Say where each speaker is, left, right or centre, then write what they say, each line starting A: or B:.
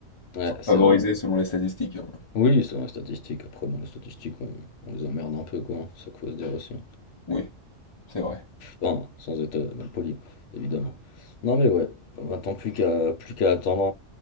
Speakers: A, on the left; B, on the left.
A: Ouais,
B: Enfin,
A: c'est
B: favorisés
A: vrai.
B: selon les statistiques. hein.
A: Oui, c'est dans les statistiques, après, bon, les statistiques, on, on les emmerde un peu, quoi, hein, c'est ça qu'il faut se dire aussi.
B: Oui, c'est vrai.
A: Enfin, sans être euh, mal poli, évidemment. Non mais ouais, maintenant plus qu'à plus qu'à attendre